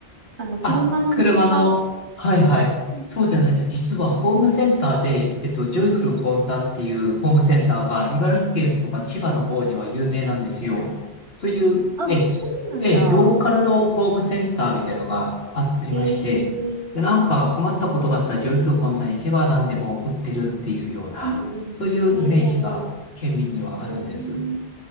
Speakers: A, on the right (about 75°); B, on the left (about 70°).
A: あの車のメーカー。
B: あ、車の、はいはい。
A: うん
B: そうじゃないです。実はホームセンターで、えっと、ジョイフルホンダっていうホームセンターが、茨城県とか千葉の方には有名なんですよ。
A: うん
B: そういう、
A: あ、
B: え、
A: そうなんだ。
B: え、ローカルのホームセンターみたいのがありまして、
A: ええうん
B: で、なんか困ったことがあったらジョイフルホンダに行けば何でも売ってるっていうような、
A: うんう
B: そういうイメージが県民にはあるんです。
A: ん。なるほど。うーん、な